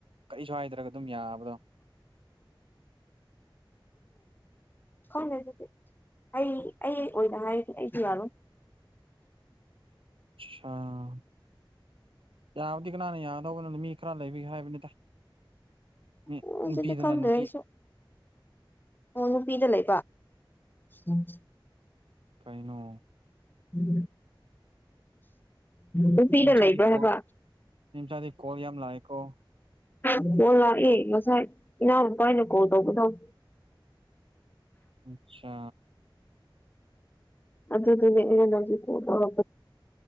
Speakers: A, on the right; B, on the left.
A: ꯀꯔꯤꯁꯨ ꯍꯥꯏꯏꯗꯅ ꯑꯗꯨꯝ ꯌꯥꯕꯗꯣ
B: ꯈꯪꯗ ꯑꯗꯨꯗꯤ ꯑꯩ ꯑꯩ ꯑꯣꯏꯅ ꯍꯥꯏꯒꯦ ꯑꯩꯁꯨ ꯌꯥꯔꯣ
A: ꯑꯆꯥꯥ ꯌꯥꯕꯨꯗꯤ ꯀꯅꯥꯅ ꯌꯥꯒꯗꯧꯕꯅꯣꯅ ꯃꯤ ꯈꯔ ꯂꯩꯕꯤꯒꯦ ꯍꯥꯏꯕꯅꯤꯗ ꯃꯤ
B: ꯑꯣ ꯑꯗꯨꯗꯤ
A: ꯅꯨꯄꯤꯗꯅ
B: ꯈꯪꯗꯁꯨ
A: ꯅꯨꯄꯤ
B: ꯑꯣꯅꯨ ꯄꯤꯗ ꯂꯩ ꯎꯝ
A: ꯀꯥꯏꯩꯅꯣ
B: ꯎꯝ ꯅꯨꯄꯤꯗ
A: ꯃꯤꯃꯆꯥꯗꯤ
B: ꯂꯩꯕ꯭ꯔ
A: ꯀꯣꯜ
B: ꯍꯥꯏꯕ
A: ꯃꯤꯃꯆꯥꯗꯤ ꯀꯣꯜ ꯌꯥꯝ ꯂꯥꯛꯑꯦꯀꯣ
B: ꯑꯣꯣꯟ ꯂꯥꯛꯏ ꯉꯁꯥꯏ ꯏꯅꯥꯎꯅꯄꯥ ꯑꯅ ꯀꯣꯜ ꯇꯧꯕꯗꯧ
A: ꯑꯆꯥ
B: ꯑꯗꯨ ꯑꯗꯨꯅꯦꯩꯅꯖꯤ ꯀꯣꯄꯗ